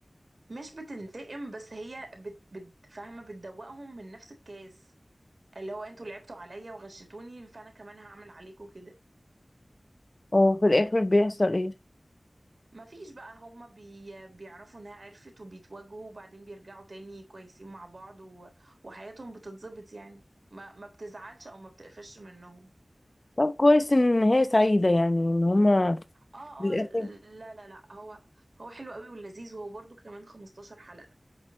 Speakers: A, on the right; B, on the left.
A: مش بتنتقم بس هي بت بت فاهمه بتدوقهم من نفس الكاس اللي هو انتوا لعبتوا عليا وغشتوني فانا كمان هعمل عليكم كده
B: وفي الآخر بيحصل إيه
A: مفيش بقى هما بي بيعرفوا انها عرفت وبيتواجهوا وبعدين بيرجعوا تاني كويسين مع بعض و... وحياتهم بتتظبط يعني ما ما بتزعلش او ما بتقفش منهم
B: طب كويس ان هي سعيدة يعني ان هما
A: اه
B: في الاخر
A: اه لا لا لا هو هو حلو قوي ولذيذ وهو برضو كمان 15 حلقة